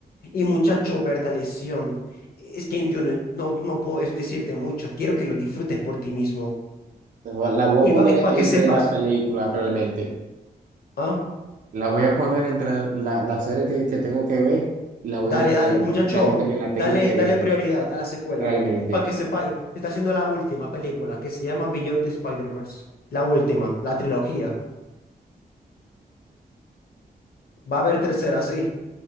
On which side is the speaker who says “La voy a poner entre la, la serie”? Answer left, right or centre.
Right